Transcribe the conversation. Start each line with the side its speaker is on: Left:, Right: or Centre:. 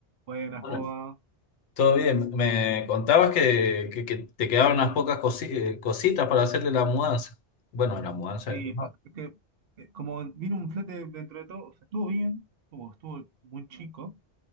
Right: Buenas,
Left: Bueno,
Right: ¿cómo va?
Left: todo bien. Me contabas que, que- que te quedaban unas pocas cosi- eh, cositas para hacerle la mudanza. Bueno, la mudanza
Right: Sí,
Left: de tu no.
Right: pa- es que eh, como vino un flete dentro de todo, o sea, estuvo bien, como estuvo muy chico,